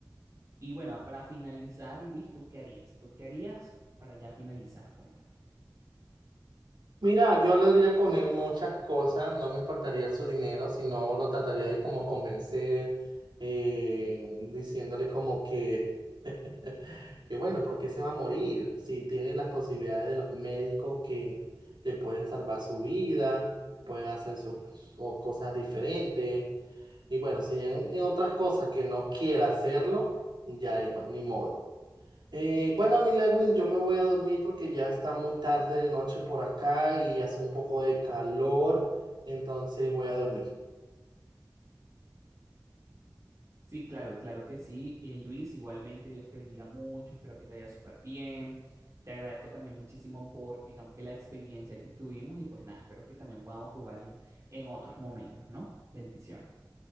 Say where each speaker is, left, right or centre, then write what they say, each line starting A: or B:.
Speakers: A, on the right (about 40°); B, on the right (about 75°).
A: y bueno, para finalizar, Luis, ¿tú qué harías? ¿Tú qué harías para ya finalizar? Cuenta.
B: Mira, yo hablaría con él muchas cosas, no me importaría su dinero, sino lo trataría de como convencer, eh, diciéndole como que, <laughs> que bueno, porque se va a morir? Si tiene las posibilidades de los médicos que le pueden salvar su vida, pueden hacer sus o cosas diferentes Y bueno, si en, en otras cosas que no quiera hacerlo, ya ahí, bueno, ni modo. Eh, bueno, mi Lewin, yo me voy a dormir porque ya está muy tarde de noche por acá y hace un poco de calor, entonces voy a dormir.
A: Sí, claro, claro que sí. Eh, Luis, igualmente, Dios te bendiga mucho, espero que te haya súper bien. Te agradezco también muchísimo por, digamos que la experiencia que tuvimos y pues nada, espero que también podamos jugar en, en otros momentos, ¿no? Bendiciones.